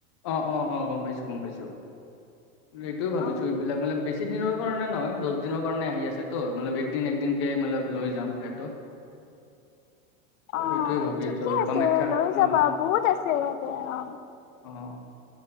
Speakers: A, on the left; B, on the left.
A: অ অ অ গম পাইছো গম পাইছো এইটোয়ও ভাবিছো
B: অ
A: এইবিলাক মানে বেছি বছিদিনৰ কাৰণে নহয় দহ দিনৰ কাৰণে আহি আছেতো মপ একদিন একদিনকে ম লৈ যাম সিহঁতক
B: আহ
A: এইটোয়ে ভাবি
B: ঠিকে
A: আছো
B: আছে
A: কামাখ্যা
B: লৈ
A: অ
B: যাবা বহুত আছে ইয়াতে অ
A: অ